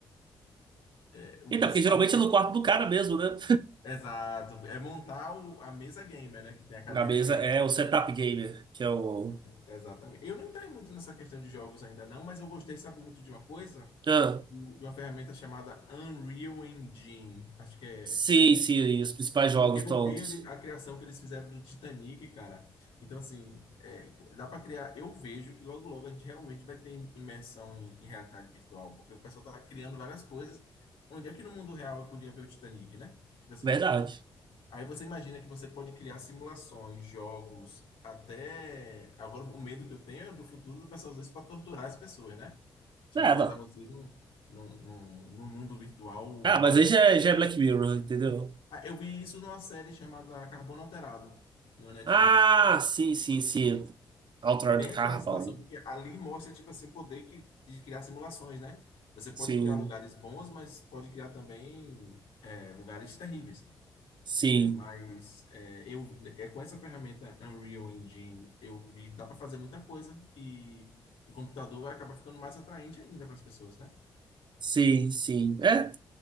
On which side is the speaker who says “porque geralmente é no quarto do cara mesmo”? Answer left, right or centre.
Right